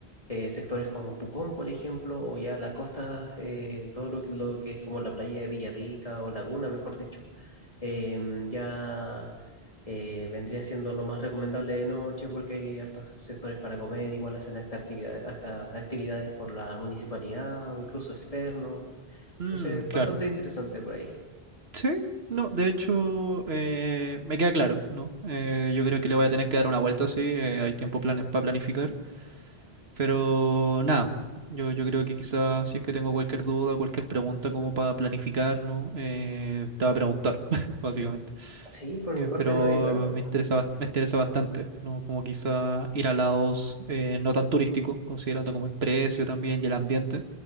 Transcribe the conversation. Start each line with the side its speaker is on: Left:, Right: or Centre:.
Left: eh, sectores como Pucón, por ejemplo, o ya la costa, eh, todo lo, que lo que es como la playa de Villarrica o Laguna, mejor dicho, em, ya eh, vendría siendo lo más recomendable de noche porque hay hartos sectores para comer, igual hacen hasta actividad- hasta actividades por la municipalidad o incluso externo.
Right: Mm,
Left: Entonces,
Right: claro.
Left: bastante interesante por ahí.
Right: Sí, no, de hecho, eh, me queda claro, ¿no? Eh, yo creo que le voy a tener que dar una vuelta, sí, eh, hay tiempo para planificar. Pero nada, yo, yo creo que quizás si es que tengo cualquier duda, cualquier pregunta como para planificarnos, eh, te va a preguntar, <laughs> básicamente.
Left: Sí, por
Right: Eh,
Left: mi parte
Right: pero
Left: no hay drama.
Right: me interesa, bast- me interesa bastante, ¿no? Como quizás ir a lados eh, no tan turísticos, considerando como el precio también y el ambiente,